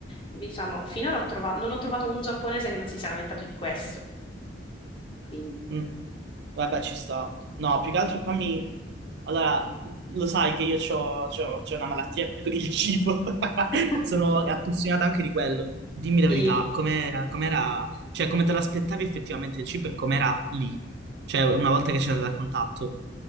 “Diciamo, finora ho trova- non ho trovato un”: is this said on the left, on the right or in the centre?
Left